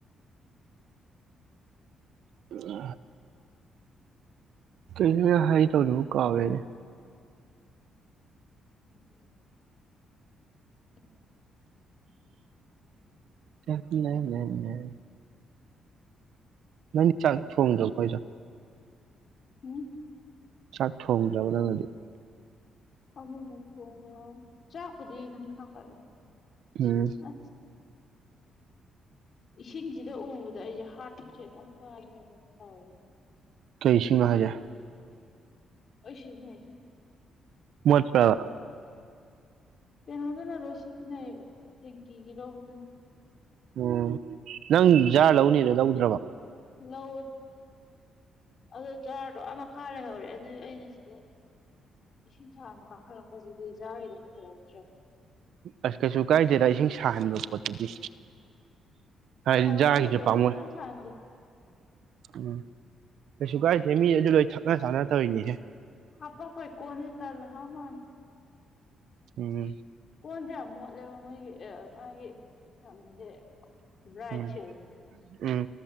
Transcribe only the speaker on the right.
ꯎ ꯀ ꯍꯥꯏ ꯇ ꯂꯨ ꯀꯋ
ꯂꯩ ꯅꯪꯒꯤ ꯆꯥꯛ ꯊꯣꯡꯗ꯭ꯔꯣ ꯑꯩꯣꯏꯗ
ꯆꯥꯛ ꯊꯣꯡ꯭ꯔꯕ ꯅꯅꯗꯤ
ꯎꯝ
ꯀꯔꯤꯁꯤꯡꯅꯣ ꯍꯥꯏꯖꯦ
ꯃꯁ ꯄꯕ
ꯎꯝ ꯅꯪ ꯖꯥꯔ ꯂꯧꯅꯦꯗꯣ ꯂꯧꯗ꯭ꯔꯕ
ꯑꯁ ꯀꯩꯁꯨ ꯀꯥꯏꯗꯦꯗ ꯏꯁꯤꯡ ꯁꯥꯍꯟꯕ ꯄꯣꯠꯇꯨꯗꯤ ꯍꯥꯏꯗꯤ
ꯖꯥꯔꯒꯤꯁꯨ ꯄꯥꯝꯃꯣꯏ
ꯎꯝ ꯀꯩꯁꯨ ꯀꯥꯏꯁꯦ ꯃꯤ ꯑꯗꯨ ꯂꯣꯏ ꯊꯛꯅ ꯆꯥꯅ ꯇꯧꯔꯤꯅꯦꯁꯦ
ꯎꯝ
ꯎꯝ ꯎꯝ